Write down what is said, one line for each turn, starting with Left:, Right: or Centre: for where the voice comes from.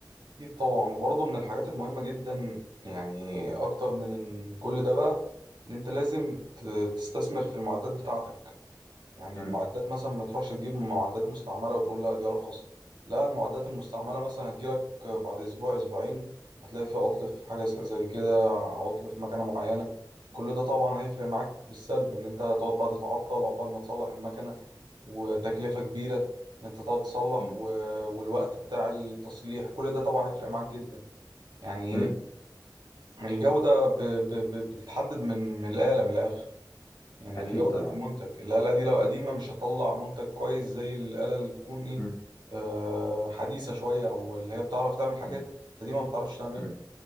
Right: أكيد طبعا وبرضه من الحاجات المهمة جدا يعني أكتر من إن كل ده بقى إن أنت لازم ت- تستثمر في المعدات بتاعتك يعني
Left: امم
Right: المعدات مثلا ما تروحش تجيب معدات مستعملة وتقول لا دي أرخص لا المعدات المستعملة مثلا هتجيلك بعد أسبوع أسبوعين هتلاقي في عطل في حاجة زي كده عطل في مكنة معينة كل ده طبعا هيفرق معاك بالسلب إن أنت هتقعد بقى تتعطل عقبال ما تصلح المكنة وتكلفة كبيرة إن أنت تقعد تصلح
Left: مم.
Right: و... والوقت بتاع التصليح كل ده طبعا هيفرق معاك جدا يعني
Left: امم
Right: ايه الجودة ب... ب... ب... بتتحدد من من الآلة من الآخر يعني
Left: اكيد
Right: جودة
Left: طبعا
Right: المنتج الآلة دي لو قديمة مش
Left: مم.
Right: هتطلع منتج كويس زي الآلة اللي تكون ايه
Left: مم.
Right: آه حديثة شوية أو اللي هي بتعرف تعمل حاجات
Left: مم.
Right: قديمة ما بتعرفش تعملها
Left: مم.